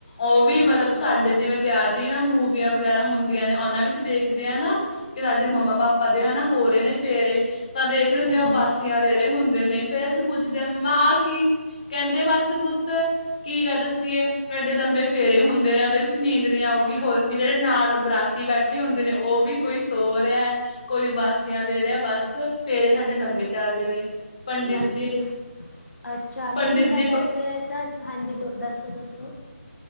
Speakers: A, on the left; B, on the left.
A: ਉਹ ਵੀ ਮਤਲਬ
B: ਹਮ
A: ਸਾਡੇ ਜਿਵੇਂ ਵਿਆਹ ਦੀ ਨਾ ਮੂਵੀਆਂ ਵਗੈਰਾ ਹੁੰਦੀਆਂ ਨੇ, ਉਹਨਾਂ ਵਿੱਚ ਦੇਖਦੇ ਆ ਨਾ ਕਿ ਸਾਡੇ ਮੰਮਾ ਪਾਪਾ ਦੇ ਹਨ ਨਾ, ਹੋ ਰਹੇ ਨੇ ਫੇਰ ਇਹ ਤਾਂ ਦੇਖ
B: ਹਾਂਜੀ
A: ਰਹੇ ਹੁੰਦੇ ਆ ਉਹ ਬਾਸੀਆਂ ਦੇ ਰਹੇ ਹੁੰਦੇ ਨੇ, ਫੇਰ ਅਸੀਂ ਪੁੱਛਦੇ ਹਾਂ ਮਾਂ ਆਹ ਕੀ ਕਹਿੰਦੇ ਬਸ ਪੁੱਤ, ਕੀ ਕਰ ਦ ਅਸੀਂ ਇਹ ਐਡੇ ਲੰਬੇ ਫੇਰੇ ਹੁੰਦੇ ਨੇ, ਉਹਦੇ ਵਿੱਚ ਨੀਂਦ ਨਹੀਂੀ ਆਊਗੀ ਹੋਰ ਕੀ, ਜਿਹੜੇ ਨਾਲ ਬਰਾਤੀ ਬੈਠੇ ਹੁੰਦੇ ਨੇ, ਉਹ ਵੀ ਕੋਈ ਸੋ ਰਿਹਾ ਕੋਈ ਉਬਾਸੀਆਂ ਲੈ ਰਿਹਾ ਬਸ, ਫੇਰੇ ਸਾਡੇ ਲੰਬੇ ਚੱਲਦੇ ਨੇ। ਪੰਡਿਤ
B: ਹਾਂਜੀ,
A: ਜੀ
B: ਅੱਛਾ ਨਹੀਂ
A: ਪੰਡਿਤ
B: ਮੈਂ
A: ਜੀ
B: ਵੈਸੇ ਐ, ਸਰ ਹਾਂਜੀ ਦੋ ਦੱਸੋ ਦੱਸੋ